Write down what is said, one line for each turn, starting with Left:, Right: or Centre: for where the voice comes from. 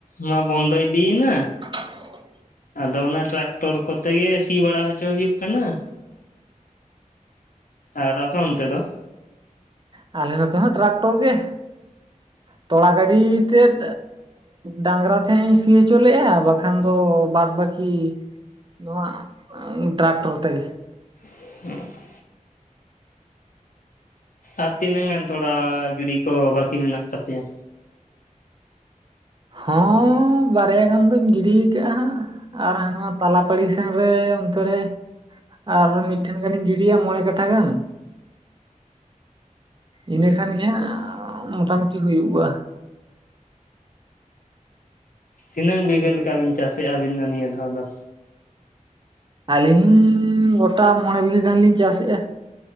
Left: ᱢᱟ ᱵᱚᱱᱫᱚ ᱤᱫᱤᱭᱮᱱᱟ
Right: <inaudible>
Left: ᱟᱫᱚ ᱚᱱᱟ ᱴᱨᱟᱠᱴᱚᱨ ᱠᱚᱛᱮ ᱜᱮ ᱥᱤ ᱵᱟᱲᱟ ᱦᱚᱪᱚ ᱦᱩᱭᱩᱜ ᱠᱟᱱᱟ ᱟᱨ ᱟᱯᱮ ᱚᱱᱛᱮ ᱫᱚ
Right: ᱟᱞᱮ ᱱᱚᱛᱮ ᱦᱚ ᱴᱨᱟᱠᱴᱚᱨ ᱜᱮ ᱛᱚᱲᱟ ᱜᱟᱹᱰᱤ ᱛᱮᱫ ᱰᱟᱝᱨᱟ ᱛᱮᱦᱟᱜ‌ᱤᱧ ᱥᱤ ᱦᱚᱪᱚ ᱞᱮᱜ-ᱟ ᱵᱟᱠᱷᱟᱱ ᱫᱚ ᱵᱟᱛ ᱵᱟᱹᱠᱤ ᱡᱤᱜ ᱱᱚᱣᱟ ᱴᱨᱟᱠᱴᱚᱨ ᱛᱮᱜᱮ
Left: <unintelligible> ᱟᱨ ᱛᱤᱱᱟᱹᱝ ᱜᱟᱱ ᱛᱚᱲᱟ ᱜᱤᱰᱤ ᱠᱚ ᱵᱟᱹᱠᱤ ᱢᱮᱱᱟᱜ ᱛᱟᱯᱮᱭᱟ
Right: ᱦᱚᱸ ᱵᱟᱨᱭᱟ ᱜᱟᱱ ᱫᱚᱧ ᱜᱤᱰᱤ ᱠᱟᱜ-ᱟ ᱦᱟᱸᱜ ᱟᱨ ᱦᱟᱱᱟ ᱛᱟᱞᱟ ᱯᱟᱲᱤ ᱥᱮᱱ ᱨᱮ ᱚᱱᱛᱮᱨᱮ ᱟᱨ ᱢᱤᱫᱴᱷᱮᱱ ᱜᱟᱱᱤᱧ ᱜᱤᱰᱤᱭᱟ ᱢᱚᱬᱮ ᱠᱟᱴᱟ ᱜᱟᱱ ᱤᱱᱟᱹᱠᱷᱟᱱ ᱜᱮ ᱦᱟᱸᱜ ᱢᱚᱴᱟᱢᱩᱴᱤ ᱦᱩᱭᱩᱜ-ᱟ
Left: ᱛᱤᱱᱟᱹᱝ ᱵᱤᱜᱷᱟᱹ ᱞᱮᱠᱟ ᱵᱤᱱ ᱪᱟᱥᱮᱜ-ᱟ ᱟᱹᱵᱤᱱ ᱫᱚ ᱱᱤᱭᱟᱹ ᱫᱷᱟᱣ ᱫᱚ
Right: ᱟᱹᱞᱤᱧ ᱜᱚᱴᱟ ᱢᱚᱬᱮ ᱵᱤᱜᱷᱟᱹ ᱜᱟᱱ ᱞᱤᱧ ᱪᱟᱥᱮᱜ-ᱟ